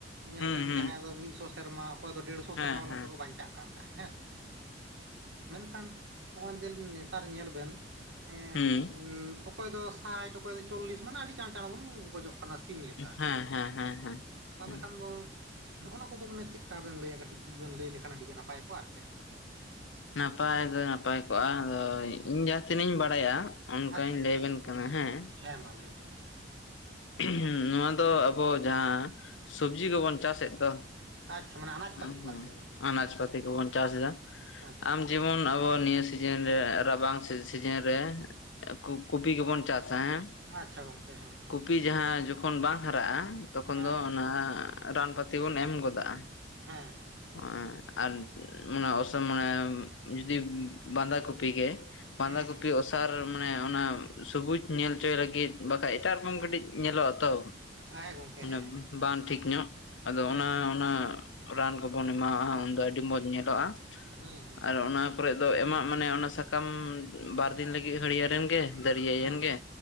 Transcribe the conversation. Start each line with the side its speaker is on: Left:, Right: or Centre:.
Right: ᱧᱮᱞ
Left: ᱦᱩᱸ
Right: ᱵᱮᱱ
Left: ᱦᱩᱸ
Right: ᱡᱟᱦᱟᱸᱭ ᱫᱚ ᱢᱤᱫ ᱥᱚ ᱥᱮᱨᱢᱟ ᱚᱠᱚᱭ ᱫᱚ ᱰᱮᱲᱥᱚ ᱥᱮᱨᱢᱟ
Left: ᱦᱮᱸ
Right: ᱫᱱᱚᱝᱠᱟ
Left: ᱦᱮᱸ
Right: ᱠᱚ ᱵᱟᱧᱟᱜ ᱠᱟᱱ। ᱛᱟᱦᱮᱱ ᱦᱮᱸ ᱥᱮ ᱵᱟᱝ ᱢᱮᱱᱠᱷᱟᱱ ᱱᱚᱜᱼᱚᱭ ᱧᱮᱞ ᱵᱮᱱ ᱱᱮᱛᱟᱨ ᱧᱮᱞ ᱵᱮᱱ
Left: ᱦᱩᱸ
Right: <unintelligible> ᱚᱠᱚᱭ ᱫᱚ ᱥᱟᱴ ᱚᱠᱚᱭ ᱫᱚ ᱪᱚᱞᱞᱤᱥ ᱢᱟᱱᱮ ᱟᱹᱰᱤ ᱪᱟᱸᱬ ᱪᱟᱸᱬ ᱵᱚᱱ ᱜᱚᱡᱚᱜ ᱼᱼ ᱠᱟᱱᱟ ᱥᱤᱢ ᱞᱮᱠᱟ
Left: ᱦᱮᱸ ᱦᱮᱸ ᱦᱮᱸ ᱦᱮᱸ
Right: ᱛᱟᱦᱚᱞᱮ
Left: ᱦᱩᱸ
Right: ᱠᱷᱟᱱ ᱫᱚᱼᱼ ᱱᱚᱜᱼᱚᱱᱟ ᱠᱚᱫᱚ ᱢᱟᱱᱮ ᱪᱮᱫ ᱵᱮᱱ ᱞᱟᱹᱭᱟ ᱠᱟᱴᱤᱡ ᱡᱩᱫᱤ ᱵᱮᱱ ᱞᱟᱹᱭ ᱞᱮᱠᱷᱟᱡ ᱟᱹᱰᱤ ᱜᱮ ᱱᱟᱯᱟᱭ ᱠᱚᱜᱼᱟ ᱟᱨ ᱪᱮᱫ᱾
Left: ᱱᱟᱯᱟᱭ ᱫᱚ ᱱᱟᱯᱟᱭ ᱠᱚᱜ-ᱟ ᱟᱫᱚ ᱤᱧ ᱡᱟᱦᱟᱸ ᱛᱤᱱᱟᱹᱜ ᱤᱧ ᱵᱟᱲᱟᱭᱟ᱾ ᱚᱱᱠᱟᱧ
Right: ᱟᱪᱪᱷᱟ ᱟᱪᱪᱷᱟ
Left: ᱞᱟᱹᱭ ᱟᱵᱮᱱ ᱠᱟᱱᱟ ᱦᱮᱸ᱾
Right: ᱦᱮᱸ ᱢᱟ ᱞᱟᱹᱭ ᱵᱮᱱ᱾
Left: ᱦᱮᱸ ᱱᱚᱣᱟ ᱫᱚ ᱟᱵᱚ ᱡᱟᱦᱟᱸ ᱥᱚᱵᱽᱡᱤ ᱠᱚᱵᱚᱱ ᱪᱟᱥᱮᱫ ᱫᱚ᱾
Right: ᱟᱪᱪᱷᱟ ᱢᱟᱱᱮ ᱟᱱᱟᱡ
Left: <unintelligible>
Right: ᱯᱟᱹᱛᱤ ᱠᱚ ᱟᱨ ᱪᱮᱫ ᱜᱚᱝᱠᱮ
Left: ᱟᱱᱟᱡᱯᱟᱛᱤ ᱠᱚ ᱵᱚᱱ ᱪᱟᱥᱫᱟ
Right: ᱟᱪᱪᱷᱟ
Left: ᱟᱢ
Right: ᱟᱪᱪᱷᱟ
Left: ᱡᱮ ᱡᱮᱢᱚᱱ ᱟᱵᱚ ᱱᱤᱭᱟᱹ ᱥᱤᱡᱤᱱ ᱨᱮ ᱨᱟᱵᱟᱝ ᱥᱤ ᱥᱤᱡᱤᱱ ᱨᱮᱼᱼ ᱠᱩ ᱠᱩᱯᱤ ᱠᱚᱵᱚᱱ ᱪᱟᱥᱟ ᱦᱮᱸ᱾
Right: ᱟᱪᱪᱷᱟ ᱜᱚᱝᱠᱮ ᱦᱮᱸ ᱦᱮᱸ᱾
Left: ᱯᱤ ᱡᱟᱦᱟᱸ ᱡᱚᱠᱷᱚᱱ ᱵᱟᱝ ᱦᱟᱨᱟᱜ-ᱟ, ᱛᱚᱠᱷᱚᱱ
Right: ᱦᱮᱸ
Left: ᱫᱚ ᱚᱱᱟ ᱨᱟᱱ ᱯᱟᱹᱛᱤ ᱵᱚᱱ ᱮᱢ ᱜᱚᱫᱟᱜ-ᱟ᱾
Right: ᱦᱮᱸᱦᱮᱸ ᱾
Left: <unintelligible> ᱟᱨ ᱢᱟᱱᱮ ᱚᱥᱚᱢ ᱢᱟᱱᱮ ᱡᱩᱫᱤᱼᱼ ᱵᱟᱸᱫᱷᱟᱠᱩᱯᱤ ᱜᱮ ᱵᱟᱸᱫᱷᱟᱠᱩᱯᱤ
Right: ᱦᱮᱸ ᱦᱮᱸ ᱦᱮᱸ ᱦᱩᱸ ᱦᱩᱸ
Left: ᱚᱥ ᱥᱟᱨ ᱢᱟᱱᱮ ᱚᱱᱟ ᱥᱩᱵᱩᱡᱽ ᱧᱮᱞ ᱚᱪᱚᱭ ᱞᱟᱹᱜᱤᱫ ᱵᱟᱠᱷᱟᱡ ᱮᱴᱟᱜ ᱨᱚᱠᱚᱢ ᱠᱟᱹᱴᱤᱡ ᱧᱮᱞᱚᱜ-ᱟ ᱛᱚ᱾
Right: ᱦᱮᱸ ᱜᱚᱝᱠᱮ
Left: ᱢᱟᱱᱮ
Right: ᱦᱮᱸ ᱦᱮᱸ
Left: ᱵᱟᱝ ᱴᱷᱤᱠ ᱧᱚᱜ ᱟᱫᱚ
Right: ᱦᱮᱸ
Left: ᱚᱱᱟ
Right: ᱜᱚᱝᱠᱮ,
Left: ᱚᱱᱟᱼᱼ ᱨᱟᱱ ᱠᱚᱵᱚᱱ ᱮᱢᱟᱣᱟᱜ-ᱟ ᱩᱱᱫᱚ ᱟᱹᱰᱤ ᱢᱚᱸᱡᱽ ᱧᱮᱞᱚᱜ-ᱟ,
Right: ᱦᱩᱸ ᱦᱩᱸ
Left: ᱟᱨ ᱚᱱᱟᱼᱼ ᱠᱚᱨᱮᱜ ᱫᱚ ᱮᱢᱟᱜ ᱢᱟᱱᱮ ᱚᱱᱟ ᱥᱟᱠᱟᱢ ᱵᱟᱨ ᱫᱤᱱ ᱞᱟᱹᱜᱤᱫ ᱦᱟᱹᱲᱭᱟᱹᱲ ᱮᱱ ᱜᱮ ᱫᱟᱹᱨᱭᱟᱹᱭ
Right: ᱦᱩᱸ
Left: ᱮᱱ ᱜᱮ᱾